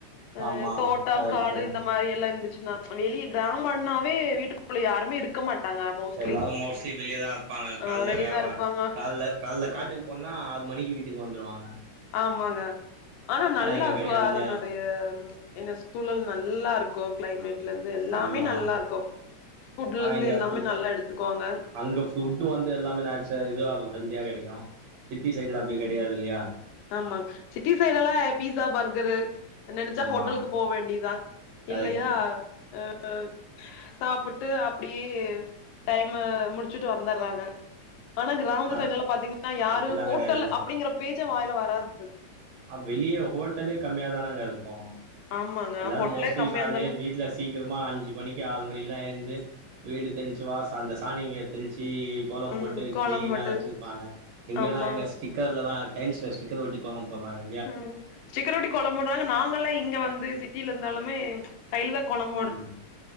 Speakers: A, on the left (about 85°); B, on the right (about 75°).
A: அ
B: ஆமா
A: தோட்டம்
B: கரெக்ட்டு
A: காடு இந்த மாரி எல்லா இருந்துச்சுன்னா வெளிய கிராமன்னாவே வீட்டுக் குல யாருமே இருக்க மாட்டாங்க மோஸ்ட்லி
B: எல்லாரும் மோஸ்ட்லி வெளியேதா வப்பாங்க
A: ஆ
B: கால்ல
A: வெளியதா
B: வியாபா
A: இருப்பாங்க
B: கால்ல கால்ல காட்டுக்கு போன்னா ஆறு மணிக்கு வீட்டுக்கு வந்துருவாங்க
A: ஆம்மாங்க ஆனா நல்லா
B: இங்க
A: இருக்கு
B: கெடையாது
A: அதனுடைய
B: இல்லையா
A: என்ன சொ தூழல் நல்லா இருக்கு கிளைமேட்லந்து எல்லாமே
B: ஆமா
A: நல்லா இருக்கு ஃபுட்லேந்து
B: ஆனா இங்க
A: எல்லாமே
B: அப்டி
A: நல்லா எடுத்துக்குவாங்க
B: அங்க ஃபுட்டு வந்து எல்லாமே நேச்சுர இதுவா இருக்கு ஹெல்த்தியா கெடைக்கு சிட்டி சைடுல அப்டி கெடையாது இல்யா
A: ஆம்மா சிட்டி சைடு லா ஆ பீஸா பர்கரு நெனச்சா
B: ஆமா
A: ஹோட்டல்கு போவேண்டிதா
B: கரெக்ட்டு
A: இல்லயா அ அ சாப்புட்டு அப்டியே டைம முடிச்சுட்டு வந்தறாங்க ஆனா கிராமத்து
B: ஆனா
A: சைடுலா பாத்தீங்கன்னா யாரு
B: அப்டிலா
A: ஹோட்டல்
B: கெடையாது
A: அப்டிங்கிற பேச்சே வாயில வராது
B: அப் வெளிய ஹோட்டலே கம்மியாதானங்க இருக்கு
A: ஆமாங்க
B: எல்லாரு
A: ஹோட்டலே
B: மோஸ்லி
A: கம்மியா
B: கால்லே
A: இருந்தாலு
B: வீட்லஸ் சிக்கரமா அஞ்சு மணிக்கு ஆறு மணிக்குலா ஏந்து வீடு தெளிச்சு வாச அந்த சாணிய தெளிச்சு கோலம்போட்டு
A: ம் கோலம்பட்டு
B: கிளீனா வச்சிருப்பாங்க இங்கல்லா
A: ஆமா
B: எங்க ஸ்டிக்கர்லதா டைல்ஸ்ல ஸிக்கர்ஓட்டி கோலம் போறாங்க
A: ம் ஸ்டிக்ர்வொட்டி கோலம் போட்றாங்க நாங்கல்லா இங்க வந்து சிட்டியில இருந்தாலுமே கையில தா கோலம் போ
B: ம்